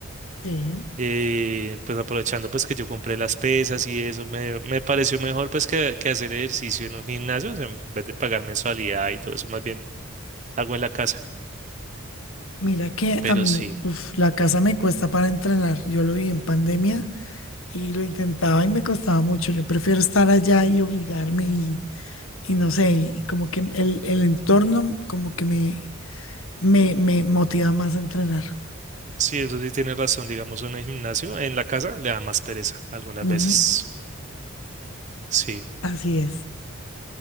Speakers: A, on the left (about 80°); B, on the right (about 35°).
A: Sí.
B: Eh, pues aprovechando pues que yo compré las pesas y eso, me, me pareció mejor pues que, que hacer ejercicio en un gimnasio, o sea, en vez de pagar mensualidad y todo eso, más bien hago en la casa.
A: Mira que
B: Pero
A: a mí,
B: sí.
A: uf, la casa me cuesta para entrenar. Yo lo vi en pandemia y lo intentaba y me costaba mucho. Yo prefiero estar allá y obligarme y Y no sé, y como que el, el entorno como que me, me, me motiva más a entrenar.
B: Sí, eso sí tiene razón, digamos, en el gimnasio, en la casa le da más pereza algunas
A: Ujú,
B: veces. Sí,
A: así es.